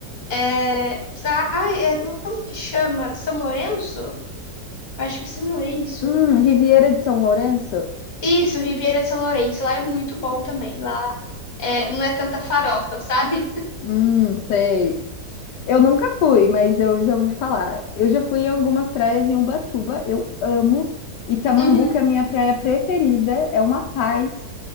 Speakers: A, on the left; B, on the left.
A: É, sa- ai, é, não- como que chama? São Lourenço? Eu acho que é São Lourenço.
B: Hum, Riviera de São Lourenço?
A: Isso, Riviera de São Lourenço. Lá é muito bom também. Lá é, não é tanta farofa, sabe?
B: Hum, sei. Eu nunca fui, mas eu já ouvi falar. Eu já fui em algumas praias em Ubatuba, eu amo. Itamambuca
A: <laughs> Uhum.
B: é a minha praia preferida, é uma paz.